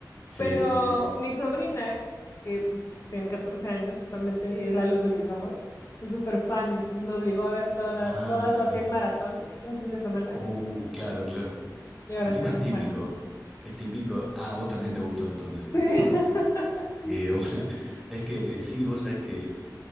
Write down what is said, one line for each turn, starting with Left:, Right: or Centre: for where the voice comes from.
Centre: Sí,
Left: Pero
Centre: sí, sí.
Left: mi sobrina, que pues tiene 14 años justamente y es la luz de mis ojos, es súper fan, entonces me obligó a ver toda-
Centre: Ah.
Left: todas las 100 maratón un fin de semana
Centre: Uh, claro, claro.
Left: y ahora
Centre: Encima
Left: soy muy
Centre: es típico.
Left: fan.
Centre: Es típico. Ah, vos también te gustó entonces.
Left: <laughs>
Centre: Sí, de una. Es que sí, vos sabés que